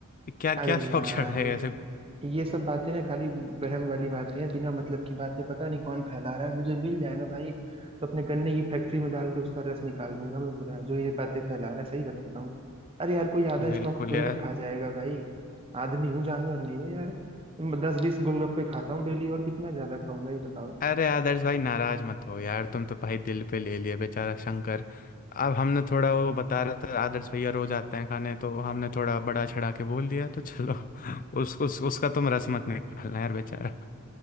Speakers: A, on the left; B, on the right.
A: क्या क्या
B: अरे
A: शौक
B: यार
A: <laughs> चढ़ा है ऐसे
B: ये सब बातें ना खाली बहम वाली बातें हैं बिना मतलब की बातें पता नहीं कौन फैला रहा है मुझे मिल जाए ना भाई तो अपने गन्ने की फैक्ट्री में डाल के उसका रस निकाल दूंगा मैं पूरा जो ये बातें फैला रहा है सही बता रहा हूँ अरे यार कोई आधा
A: बिल्कुल
B: स्टॉक थोड़ी
A: यार
B: ना खा जाएगा भाई आदमी हूँ जानवर नहीं हूँ यार मैं दस बीस गोलगप्पे खाता हूँ डेली और कितना ज्यादा खाऊंगा ये बताओ
A: अरे आदर्श भाई नाराज मत हो यार तुम तो भाई दिल पे ले लिए बेचारा शंकर अब हमने थोड़ा वो बता रहा था आदर्श भैया रोज आते हैं खाने तो हमने थोड़ा बड़ा चढ़ा के बोल दिया तो चलो <laughs> उसको उस, उसका तुम रस मत निकालना यार बेचारा